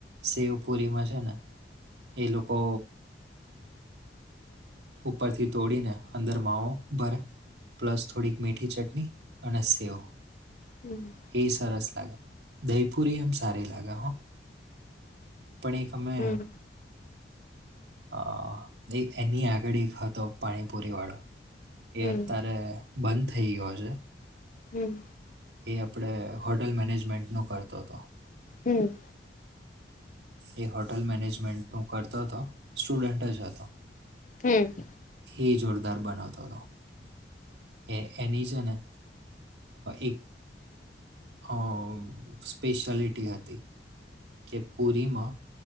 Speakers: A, on the right; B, on the left.
A: શેવુ. પુરીમાં છે ને એ લોકો. ઉપરથી તોડીને અંદર માવો ભરે. પ્લસ થોડીક મીઠી ચટણી અને સેવ.
B: હમ
A: એ સરસ લાગા દહીપૂરી હમ સાર લાગા હો. પણ એકમે.
B: હમ
A: અ એ એની આગળ હતો પાણીપુરી વાળો.
B: હમ
A: એ અત્યારે બંધ થઈ ગયો છે.
B: હમ
A: એ આપણે હોટલ મેનેજમેન્ટ નું કરતો હતો.
B: હમ.
A: એ હોટલ મેનેજમેન્ટ નું કરતો હતો સ્ટુડન્ટ જ હતો.
B: હમ.
A: એ જોરદાર બનાવતો હતો. એ એની જન અ એક. અ સ્પેશલિટી હતી. કે પૂરીમાં.